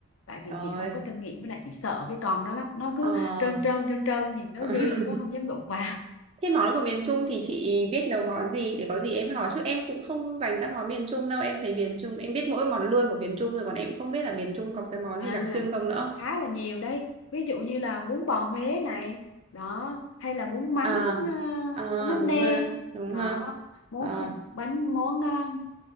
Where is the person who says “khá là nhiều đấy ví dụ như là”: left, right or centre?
Left